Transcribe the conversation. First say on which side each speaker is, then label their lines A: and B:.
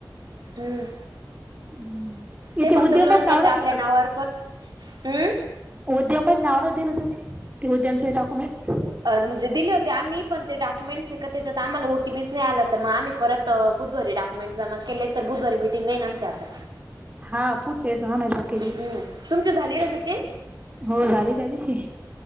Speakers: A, on the right; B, on the right.
A: हम्म
B: हम्म इथे
A: ते फक्त
B: उद्यमच
A: लोन
B: नाव
A: करत
B: नव्हती
A: आपल्या
B: का
A: नावावर पण हम्म
B: उद्यम मण नाव न दिलं तुम्ही ते उद्यमचे डॉक्युमेंट.
A: अ म्हणजे दिले होते आम्हीण ते डॉक्युमेंटस का त्याच्यात आम्हाला ओ टी पीच नाही आला तर मग आम्ही परत बुधवारी डॉक्युमेंट जमा केलेत तर बुधवारी बीटिंगय ना आमची आता.
B: हा पुढच्या वेळेस आणाय लागलं.
A: हम्म तुमची झाली
B: <unintelligible>
A: ना मिटिंग?
B: हो झाली त्यादिवशी.